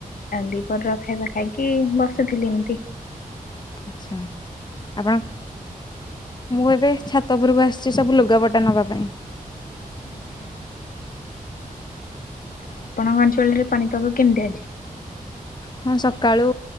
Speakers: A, on the left; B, on the left.
A: ଦିପରର ଖାଇବା ଖାଇକି ବସିଥିଲି ଏମତି।
B: ଆଚ୍ଛା। ଆପଣ ମୁଁ ଏବେ ଛାତ ଉପରକୁ ଆସିଛି ସବୁ ଲୁଗାପଟା ନବା ପାଇଁ।
A: ଆଚ୍ଛା। ଆପଣଙ୍କ ଅଞ୍ଚଳରେ ପାଣିପାଗ କେମିତି ଆଜି?
B: ହଁ ସକାଳୁ